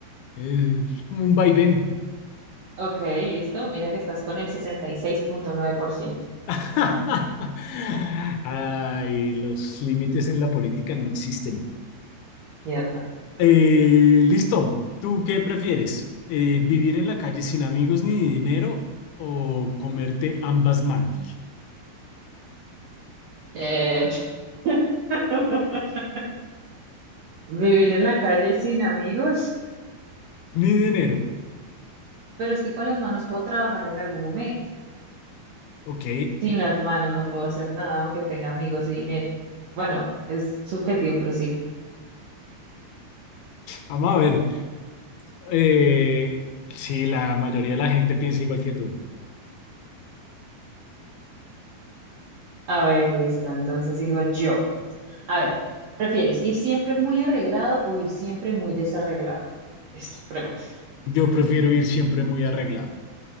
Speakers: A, on the left; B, on the right.
A: Eh, es como un vaivén.
B: Ok, listo. Mira que estás con el sesenta y seis punto nueve por ciento,
A: <laughs> Ay, los límites en la política no existen.
B: Cierto.
A: Eh, listo. ¿Tú qué prefieres? Eh, ¿vivir en la calle sin amigos ni dinero o comerte ambas manos?
B: Eh, <laughs> vivir en la calle sin amigos,
A: Ni dinero.
B: pero es que con las manos puedo trabajar en algún momento.
A: Ok.
B: Sin las manos no puedo hacer nada, aunque tenga amigos y dinero. Bueno, es subjetivo, pero sí.
A: Vamos a ver. Eh, sí, la mayoría de la gente piensa igual que tú.
B: A ver, listo. Entonces digo yo. A ver, ¿prefieres ir siempre muy arreglado o ir siempre muy desarreglado? Esta pregunta.
A: Yo prefiero ir siempre muy arreglado.